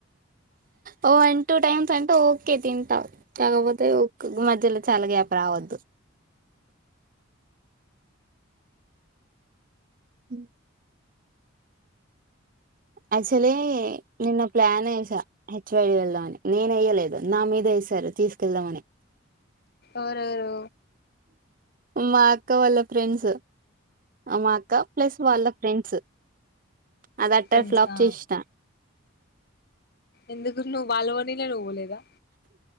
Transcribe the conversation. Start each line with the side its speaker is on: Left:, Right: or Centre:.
Right: ఓ వన్ టూ టైమ్స్ అంటే ఓకే తింటాం కాకపోతే ఒక మధ్యలో చాలా గ్యాప్ రావద్దు మ్ యాచ్చోలీ నిన్న ప్లాన్ ఏసా హెచ్వైడి వెళ్దామని నేనయ్యలేదు నా మీద వేసారు తీసుకెళ్దామని
Left: ఆ రా రో
Right: మా అక్క వాళ్ళ ఫ్రెండ్స్ మా అక్క ప్లస్ వాళ్ళ ఫ్రెండ్స్ అదట్టర్
Left: ఫ్రెండ్స్
Right: ఫ్లాప్
Left: ఆ
Right: చేసిస్తా
Left: ఎందుకు బాలవనినావలేదా